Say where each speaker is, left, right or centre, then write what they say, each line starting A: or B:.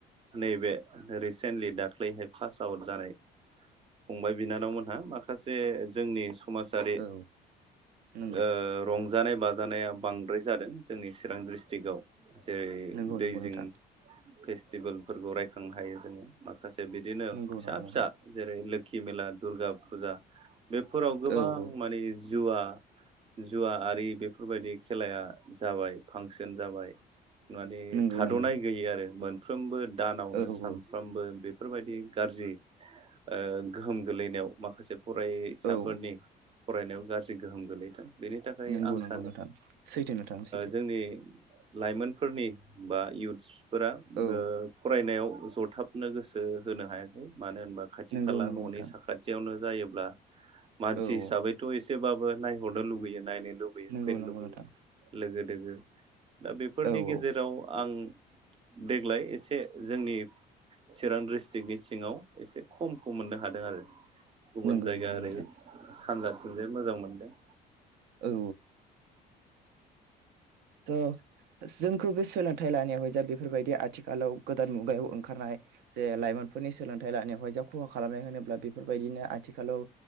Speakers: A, on the right (about 35°); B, on the right (about 80°).
A: नैबे रिसेन्टलि दाख्लैहाय पास आउट जानाय
B: <inaudible>
A: फंबाय बिनानावमोनहा माखासे जोंनि समाजारि
B: औ नंगौ
A: ओ रंजानाय बाजानाया बांद्राय जादों। जोंनि चिरां डिस्ट्रिकआव जेरै
B: नंगौ
A: दैजिं
B: नंगौ नोंथां
A: फेस्टिभेलफोरखौ रायखांनो हायो जोङो माखासे बिदिनो
B: नंगौ
A: फिसा
B: नंगौ नोंथां
A: फिसा जेरै लो खि मेला दुर्गा फुजा बेफोराव गोबां
B: औ औ
A: माने जुवा जुवा आरि बेफोरबायदि खेलाया जाबाय फांसन जाबाय। माने
B: नंगौ
A: थाद'नाय
B: नंगौ
A: गैयै आरो मोनफ्रोमबो दानावनो
B: औ
A: सानफ्रोमबो
B: औ
A: बे बफोरबायदि गाज्रि ओ गोहोम गोलैनायाव माखासे फरायसाफोरनि
B: औ
A: फरायनायाव गाज्रि गोहोम गोलैदों। बेनि थाखाय
B: नंगौ
A: आं
B: नंगौ
A: सानो
B: नोंथां सैथो नोंथां सैथो
A: जोंनि लाइमोनफोरनि बा इउथ्सफोरा
B: औ
A: फरायनायाव जथाबनो गोसो होनो हायाखै मानो होनबा खाथि
B: नंगौ
A: खाला
B: नंगौ
A: न'नि
B: नोंथां
A: साखाथियावनो जायोब्ला मानसि
B: औ
A: हिसाबैथ'
B: औ
A: एसेबाबो नायहरनो लुुबैयो नायनो लुबैयो
B: नंगौ
A: फैनो
B: नंगौ
A: लुबैयो
B: नोंथां
A: लोगो दोगो दा बेफोरनि
B: औ
A: गेजेराव
B: औ
A: आं देग्लाय एसे जोंनि चिरां डिस्ट्रिकनि सिङाव एसे खमखौ मोननो हादों आरो। गुबुन
B: नंगौ
A: जायगा
B: नंगौ
A: ओरै
B: नोंथां
A: सानजाथिंजाय मोजां मोनदों।
B: औ। जा सों खौ बे सोलोंथाइ लानायावाय ज बेफोरबायदि आथिखालाव गोदान मुगायाव ओंखारनाय जे लाइमोनफोरनि सोलोंथ न्थाइ लानायावहाय जा खहा खालामनाय होनोब्ला बेफोरबायदिनो आथिखालाव